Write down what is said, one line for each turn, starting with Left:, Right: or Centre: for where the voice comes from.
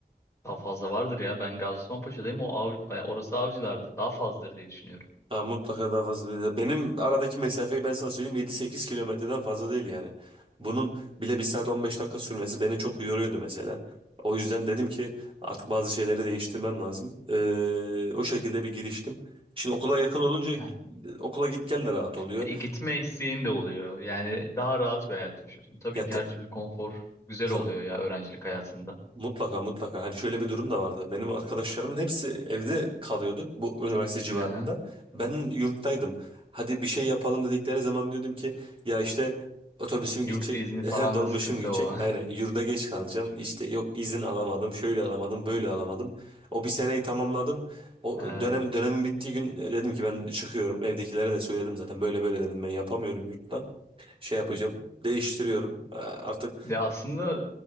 Left: Daha fazla vardır ya. Ben Gaziosmanpaşa'dayım. O av, e, orası Avcılar'da. Daha fazladır diye düşünüyorum.
Right: Ha, mutlaka daha fazla. Benim aradaki mesafeyi ben sana söyleyeyim yedi sekiz kilometreden fazla değil yani. Bunun bile bir saat 15 dakika sürmesi beni çok yoruyordu mesela. O yüzden dedim ki artık bazı şeyleri değiştirmem lazım. Ee, o şekilde bir giriştim. Şimdi okula yakın olunca e,
Left: Evet.
Right: okula git gel de rahat oluyor.
Left: E, gitme isteğin de oluyor. Yani daha rahat bir hayat yaşıyorsun. Tabii
Right: Ya
Left: ki her türlü konfor güzel
Right: ta-
Left: oluyor ya öğrencilik hayatında.
Right: Mutlaka mutlaka. Hani şöyle bir durum da vardı. Benim arkadaşlarımın hepsi evde kalıyordu bu üniversite civarında.
Left: Aha.
Right: Ben yurttaydım. Hadi bir şey yapalım dedikleri zaman diyordum ki ya işte otobüsüm
Left: Yurt
Right: gidecek,
Left: izni
Right: <laughs>
Left: falan
Right: dolmuşum
Left: da sıkıntı
Right: gidecek.
Left: olan.
Right: Yani
Left: <laughs>
Right: yurda geç kalacağım. İşte yok izin alamadım, şöyle alamadım, böyle alamadım. O bir seneyi tamamladım. O
Left: Ee,
Right: dönem dönemin bittiği gün dedim ki ben çıkıyorum. Evdekilere de söyledim zaten. Böyle böyle dedim ben yapamıyorum yurtta. Şey yapacağım. Değiştiriyorum. Ee, Artık
Left: de aslında